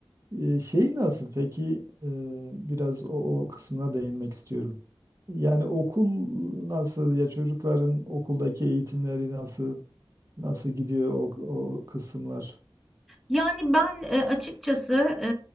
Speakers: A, on the right; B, in the centre.
A: Ee, şey nasıl peki Ee, biraz o, o kısmına değinmek istiyorum. Yani okul nasıl ya çocukların okuldaki eğitimleri nasıl? Nasıl gidiyor o, o kısımlar?
B: Yani ben e, açıkçası e,